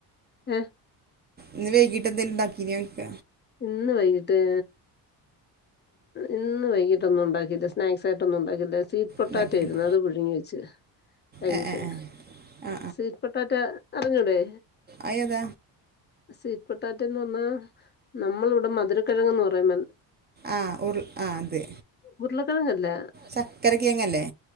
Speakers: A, on the left; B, on the right.
A: ഏ
B: ഇന്ന് വൈകിട്ട് എന്തേലും ഉണ്ടാക്കി ന്നായിക്ക.
A: ഇന്ന് വൈകിട്ട്. ഇന്ന് വൈകിട്ടൊന്നും ഉണ്ടാക്കില്ല സ്നാക്സ് ആയിട്ടൊന്നും ഉണ്ടാക്കില്ല സ്വീറ്റ്. പൊട്ടാറ്റയിരുന്നു
B: ഉണ്ടാക്കിയിട്ടില്ല
A: അത് പുഴുങ്ങി വെച്ച് കഴിട്ട്
B: ആ ആ ആ
A: സീറ്റ് പൊട്ടാറ്റ. അറിഞ്ഞുടേ.
B: അഏതാ.
A: സീറ്റ് പൊട്ടാറ്റന്ന് പറഞ്ഞാ നമ്മളിവിടെ മധുര കിഴങ്ങങ്ന്ന് പറയും.
B: ആ ഉർ ആ അത്.
A: ഉരുളക്കിഴങ്ങല്ല.
B: ചക്കരക്കേങ്ങ അല്ലേ.